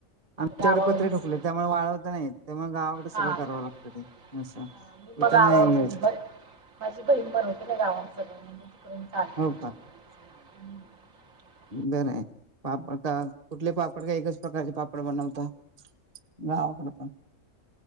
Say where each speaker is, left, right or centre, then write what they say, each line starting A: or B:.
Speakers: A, on the right; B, on the right.
A: आमच्याकडे
B: गावावरूनच
A: पत्रे ठोकलेत त्यामुळे, वाळवता नाही येत. त्यामुळे गावाकडे सगळं
B: हा
A: करावं
B: का?
A: लागतं ते. असं,
B: हा, मी
A: इथं
B: मग गावावर
A: नाही
B: माझी
A: येत.
B: ब माझी बहीण बनवते ना, गावात मी <unintelligible> म्हणजे तीकडूनच आनते
A: हो
B: तिच्याकडून. <unintelligible>
A: बरंय. पाप आता कुठले पापड? पापड एकाच प्रकारचे पापड बनवता. गावाकड पण